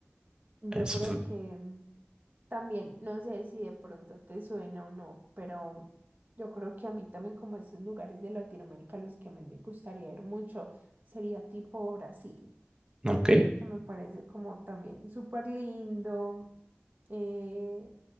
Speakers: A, on the right (about 45°); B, on the right (about 20°).
A: Yo
B: eso
A: creo
B: es...
A: que mm, también, no sé si de pronto te suena o no, pero yo creo que a mí también como esos lugares de Latinoamérica a los que a mí me gustaría ir mucho sería tipo Brasil. Siento
B: Ok,
A: que me parece como también súper lindo, eh,